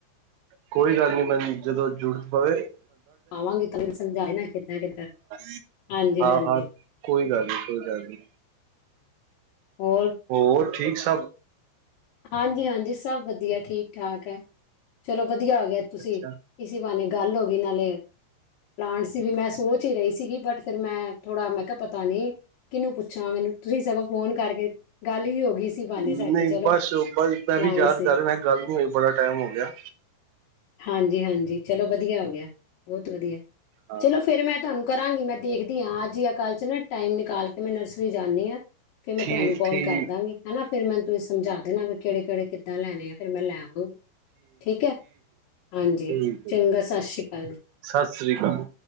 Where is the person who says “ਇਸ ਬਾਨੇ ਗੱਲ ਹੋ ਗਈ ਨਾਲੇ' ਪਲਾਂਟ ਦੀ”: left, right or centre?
Left